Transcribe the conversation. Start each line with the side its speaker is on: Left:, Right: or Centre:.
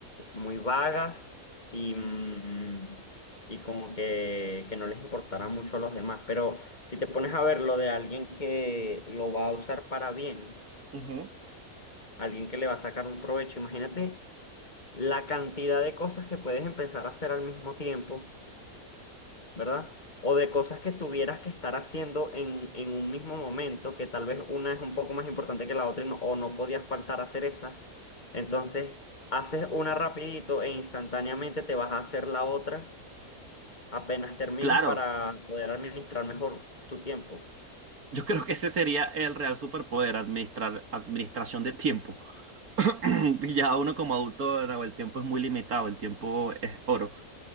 Left: muy vagas y, mm, y como que, que no les importará mucho a los demás. Pero si te pones a ver lo de alguien que lo va a usar para bien,
Right: Ujú.
Left: alguien que le va a sacar un provecho, imagínate la cantidad de cosas que puedes empezar a hacer al mismo tiempo ¿verdad? O de cosas que tuvieras que estar haciendo en, en un mismo momento, que tal vez una es un poco más importante que la otra y no- o no podías faltar a hacer esa. Entonces, haces una rapidito e instantáneamente te vas a hacer la otra apenas termines
Right: Claro.
Left: para poder administrar mejor tu tiempo,
Right: Yo creo que ese sería el real superpoder, administrar, administración de tiempo. <clears throat> Ya uno como adulto, Nahuel, el tiempo es muy limitado, el tiempo es oro.